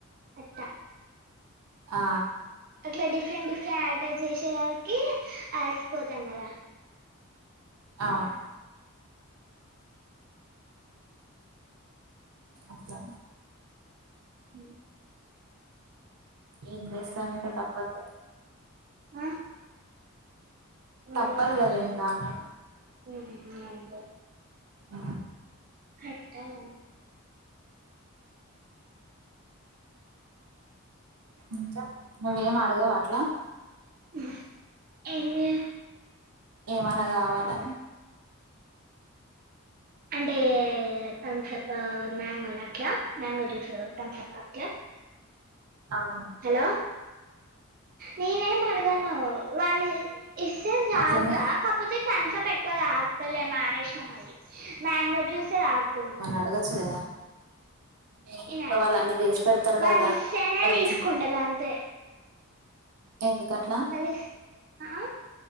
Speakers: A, on the right (about 40°); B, on the right (about 85°).
A: అట్ట
B: ఆ
A: అట్లా డిఫరెంట్ డిఫరెంట్ ఆట చేసే వారికి ఆసిపోతాం కదా
B: అవును అట్లా
A: ఊ
B: ఏం చేస్తాం ఇంక తప్పదు గా
A: ఆ? <inaudible>
B: తప్పదు కదా ఇంకా అంటున్నా అ
A: హెట్టాం
B: ఇంకా నువ్వేం అడగావా అట్లా
A: <unintelligible>
B: ఏమనా గావాలని
A: అంటే థమ్సపా మ్యాంగోనా అట్లా మ్యాంగో జ్యూస్ థమ్సప్ అట్లా
B: అవును
A: హలో నేనేం అడగను వాళ్ళి ఇస్తే తాగుతా
B: అట్లనే
A: కాకపోతే థన్సప్ ఎక్కువ తాగుతలే మానేషినా మళ్ళీ మ్యాంగో జ్యూస్ ఏ తాగుతున్న
B: అడుగచ్చు కదా మీ ఇంట్లో
A: నేను అడిగను
B: వాళ్ళు అన్ని చేసి పెడతారు
A: వాళ్ళు
B: కదా
A: ఇస్తేనే
B: బజ్
A: తీసుకుంటా గంతే
B: ఎందుకట్లా
A: వాళ్ళు ఇస్- ఆ ఆ,